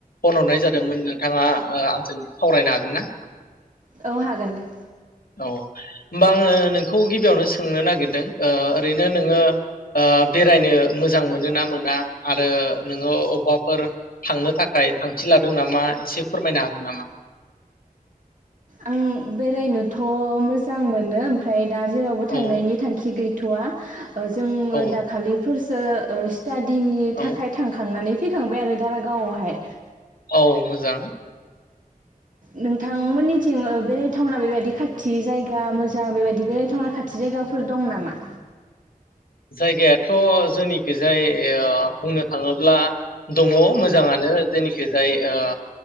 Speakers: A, on the left (about 75°); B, on the right (about 55°).
A: फन हरनाय जादोंमोन नोंथाङा ओ आंजों सावरायनो हागोन ना?
B: औ हागोन दे।
A: औ ओमबा आङो नोंखौ गिबियावनो सोंनो नागिरदों ओ ओरैनो नोङो ओ बेरायनो मोजां मोनो ना मोना आरो नोङो अबेबाफोर थांनो थाखाय थांखि लादों नामा इसे फोरमायनो हागोन नामा?
B: आं बेरायनोथ मोजां मोनो ओमफ्राय दा जेरावबो थांनायनि
A: औ
B: थांखि गै थवा ओ जोङो
A: औ
B: दाखालिफोरस तो ओस टादिनि
A: औ
B: थाखाय थांखांनानै फैखांबाय आरो दारा गावआवहाय।
A: औ मोजां
B: नोंथांमोननि थिं बेरायथावना बेबायदि खाथि जायगा मोजां बेबायदि बेरायथावना खाथि जायगाफोर दं नामा?
A: जायगायाथ जोंनिखिजाय ओ बुंनो थाङोब्ला दङ मोजाङानो जोंनिखिजाय ओ